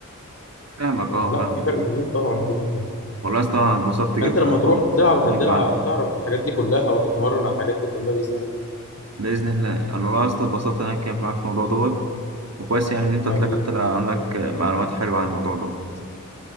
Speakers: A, on the right; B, on the left.
A: فاهمك اه
B: لا
A: فاهمك
B: في فرق كبير طبعا بينهم يعني.
A: والله يا اسطى انا اتبسطت جدا
B: فانت لما تروح
A: بالكلام
B: تلعب هتلعب
A: معاك
B: هتعرف الحاجات دي كلها وهتتمرن على الحاجات دي كلها باذن الله
A: باذن الله انا والله يا اسطى اتبسطت ان انا اتكلمت معاك في الموضوع دوت وكويس يعني ان انت طلعت
B: حبيبي
A: طلع عندك معلومات حلوه عن الموضوع دوت